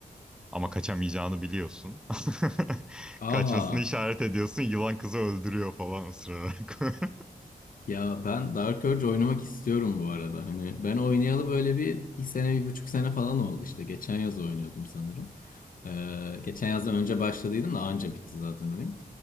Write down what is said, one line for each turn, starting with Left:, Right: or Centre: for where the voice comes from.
Centre: Ama kaçamayacağını biliyorsun. <laughs>
Left: Aa.
Centre: Kaçmasını işaret ediyorsun. Yılan kızı öldürüyor falan ısırarak. <laughs>
Left: Ya ben Dark Urge oynamak istiyorum bu arada. Hani ben oynayalı böyle bir, bir sene, bir buçuk sene falan oldu işte. Geçen yaz oynuyordum sanırım. Ee, geçen yazdan önce başladıydım da anca bitti zaten oyun.